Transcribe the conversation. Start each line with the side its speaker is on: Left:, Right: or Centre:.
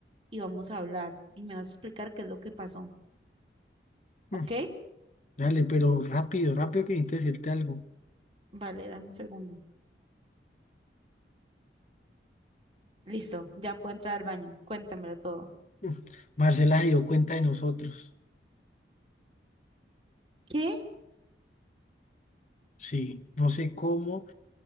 Right: y vamos a hablar y me vas a explicar qué es lo que pasó,
Left: Mm,
Right: ¿ok?
Left: Dale, pero rápido, rápido que necesito decirte algo.
Right: Vale, dame un segundo. Listo, ya puedo entrar al baño. Cuéntamelo todo.
Left: Mm, Marcela se dio cuenta de nosotros.
Right: ¿Qué?
Left: Sí, no sé cómo,